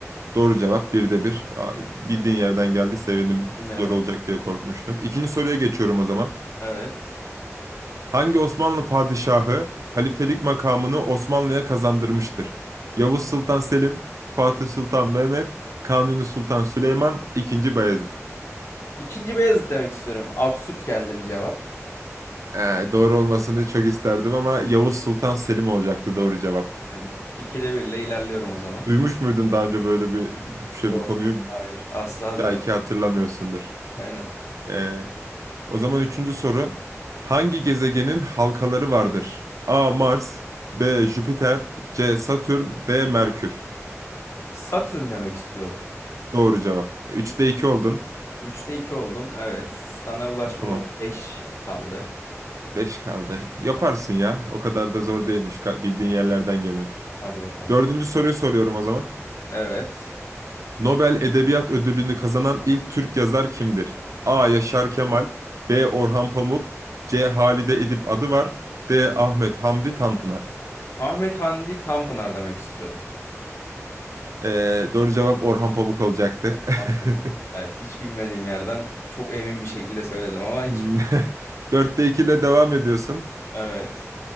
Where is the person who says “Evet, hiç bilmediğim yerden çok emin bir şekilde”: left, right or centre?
Left